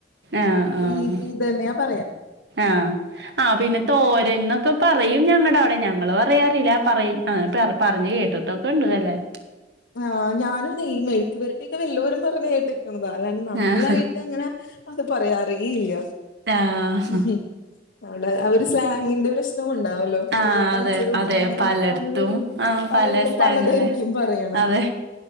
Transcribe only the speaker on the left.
ഇത ഇതന്നെ പറയ
ആഹ് ഞാനും അതെ ഈ മെഴുക്കുപരട്ടിയൊക്കെ വെല്ലോരും പറഞ്ഞ് കേട്ടക്കണതാ അലാണ്ട് നമ്മളായിട്ട്
അങ്ങനെ അത് പറയാറേ ഇല്ല.
ഉം അവടെ അവര് സ്ലാങ്ങിന്റെ പ്രശ്ന ഇതും ഉണ്ടാവല്ലോ
ഓരോ കൾച്ചറും
അങ്ങനെയൊക്കെ
ആക്കുമ്പഴ്
പലയിട്ത്തും
പലദായിരിക്കും പറയ